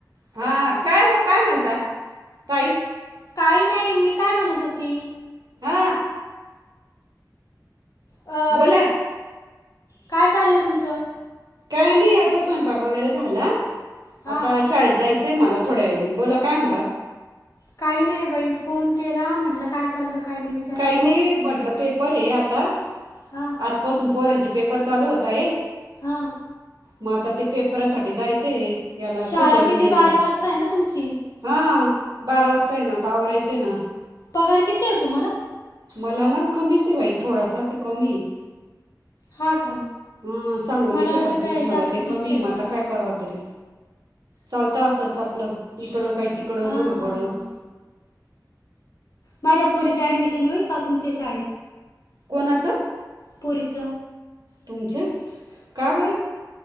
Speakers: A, on the right (about 60°); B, on the left (about 50°).
A: हा काय हो काय म्हणता ताई
B: काही नाही मी काय म्हणत होती.
A: हां.
B: अ
A: बोला
B: काय चाललंय तुमचं?
A: काय नाही आता स्वयंपाक वगैरे झाला
B: हां
A: आता शाळेत जाय च आहे मला थोड्या वेळाने बोला काय म्हणता.
B: काही नाही बाई फोन केला म्हटलं काय चाललं काही नाही विचारावं
A: काही नाही म्हटलं पेपर आहे आता
B: हा.
A: आजपासून पोर्यांचे पेपर चालू होत आहे.
B: हां.
A: मग आता ते पेपरासाठी जायचंय आहे. याला
B: शाळा
A: सुपरविजनला
B: किती बारा वाजता आहे ना तुमची
A: हा बारा वाजता आहे ना आता आवरायचं आहे ना
B: पगार किती आहे हो तुम्हाला?
A: मला ना कमीच आहे बाई थोडासाच कमी हे
B: हा का
A: हा सांगू
B: मला
A: नाही शकत
B: वाटलं काय
A: मी तुम्हाला
B: जास्त
A: लइ कमी
B: बिस्त
A: आहे. म आता
B: का
A: काय करावं तरी चालत असच आपलं इकडं काही तिकडं
B: हां
A: दोघंकडं
B: हां हां माझ्या पोरीचं ऍडमिशन होईल का तुमच्या शाळेत
A: कोणाचं
B: पोरीच
A: तुमच्या का बरं?